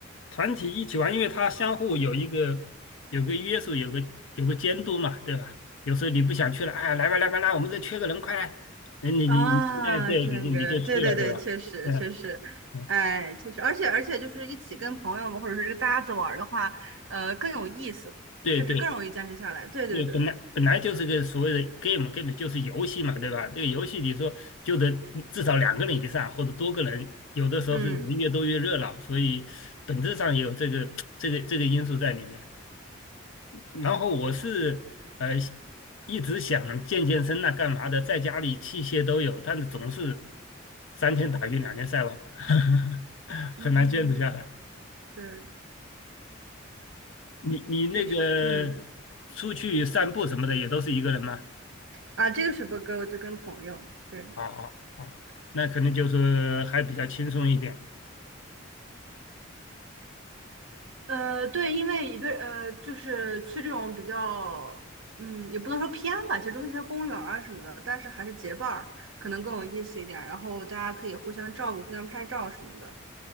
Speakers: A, on the left; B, on the right.
A: 团体一起玩，因为它相互有一个有个约束，有个有个监督嘛，对吧？有时候你不想去了，哎，来吧来吧来，我们这缺个人，快来！你你你，
B: 啊，
A: 哎，对，
B: 这个，
A: 你就你就去了，
B: 对对对，
A: 对吧？
B: 确实确实，
A: 嗯嗯，
B: 哎，确实，而且而且就是一起跟朋友们或者是这个搭子玩儿的话，呃，更有意思，
A: 对对，
B: 确实更容易坚持下来。对对对，
A: 对，本来本来就是个所谓的 game，game 就是游戏嘛，对吧？这个游戏你说就得至少两个人以上或者多个人，有的时候是人越多越热闹，
B: 嗯
A: 所以本质上也有这个这个这个因素在里面。然后我是呃一直想健健身呐、干嘛的，在家里器械都有，但是总是三天打鱼两天晒网，<laughs>
B: 嗯，
A: 很难坚持下来。
B: 对，
A: 你你那个出去散步什么的也都是一个人吗？
B: 确实，嗯啊，这个是不歌我就跟朋友，对，
A: 哦哦哦，那可能就是还比较轻松一点
B: 呃，对，因为一个呃，就是去这种比较，嗯，也不能说偏吧，其实都是一些公园儿啊什么的，但是还是结伴儿可能更有意思一点，然后大家可以互相照顾、互相拍照什么的，